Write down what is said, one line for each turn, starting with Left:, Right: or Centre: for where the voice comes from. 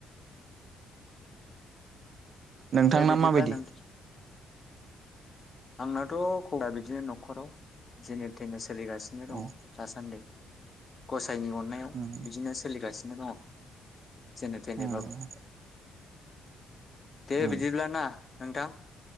Right: नोंथांना
Left: दे बिदिब्ला
Right: माबायदि
Left: नोंथां आंनाथ' खबरा बिदिनो न'खराव जेने थेनस सोलिगासिनो दङ
Right: उम
Left: दासान्दि खसे गसायनि अननायाव
Right: उम
Left: बिदिनो सोलिगासिनो नो दङ। जेने थेनेबा
Right: उम
Left: दे
Right: उम
Left: बिदिब्ला ना? नोंथां।